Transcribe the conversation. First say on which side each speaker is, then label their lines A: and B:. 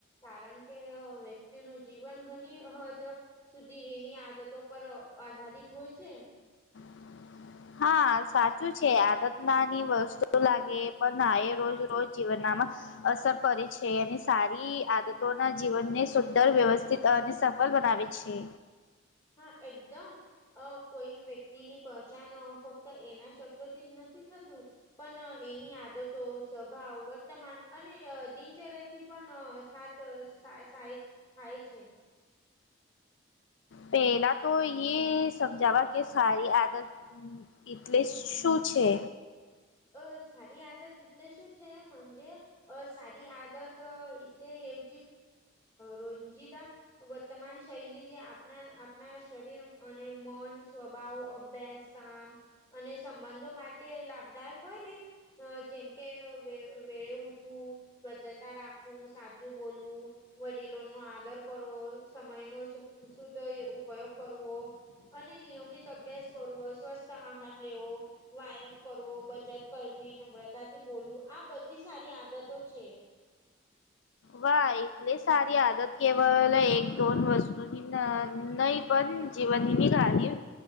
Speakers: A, on the left; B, on the left.
A: કારણ કે વતિ તેનું જીવન ઘણી હદ, સુધી એની આદતો પર આધારિત હોય છે.
B: <unintelligible> હા સાચું છે આદત નાની વસ્તુ લાગે પણ હ એ રોજ રોજ જીવનમાં અસર કરે છે અને સારી આદતોના જીવનને સુંદર વ્યવસ્થિત અને બલ બનાવે છે.
A: હા એકદમ, કોઈ વ્યક્તિની પહચાન ફક્ત એના શબ્દોથી જ નથી. <unintelligible> પણ એની આદતો સ્વભાવ વર્તમાન અને દિનચર્યાથી પણ સાત ાય થાય છે.
B: પહેલા તો એ સમજાવા કે સારી આદત એટલે શું છે?
A: અ સારી આદત એટલે શું છેજે અ સારી આદત તો ટલે એવ રોજતા વર્તમાન શૈ જે આપ ના શરીર અને મન સ્વભાવ અભ્યાસ કામ. અને સંબંધો માટે લાભદાયક હોય ને જેમ કે વેળે ઉઠવું. સ્વચ્છતા રાખવું સાચું બોલવું, વડીલો નો આદર કરવો. સમય નો શુદ્ધ ઉપયોગ કરવો. અને નિયમિત અભ્યાસ કરવો, સ્વસ્થ આહાર લેવો વ્યાયામ કરવો. ત કરવી નમ્રતાથી બોલું આ બધી સારી આદતો છે.
B: વા એટલે સારી આદત કેવલ એક દોન વસ્તુ ન નહી પણ જીવનની ગારી